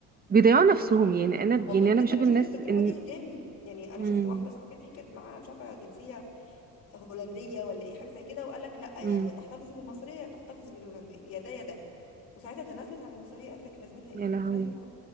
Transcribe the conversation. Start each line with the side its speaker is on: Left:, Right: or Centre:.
Right: بيضيعوا
Left: يعني
Right: نفسهم
Left: انا شفت
Right: يعني انا
Left: والله
Right: يعني
Left: بجد
Right: انا بشوف
Left: انا شفت
Right: الناس
Left: التجربه
Right: ان
Left: دي قدامي يعني انا
Right: امم
Left: شفت واحده صاحبتي كانت معاها مش عارفه جنسيه هولنديه ولا ايه حاجه زي كده وقال لك لا يا
Right: امم
Left: يا تحتفظي بالمصريه يا تحتفظي بالهولنديه يا ده يا ده وساعتها تنازلت عن المصريه قالت لك لازمتها ايه
Right: يا لهوي
Left: وتنازلت عن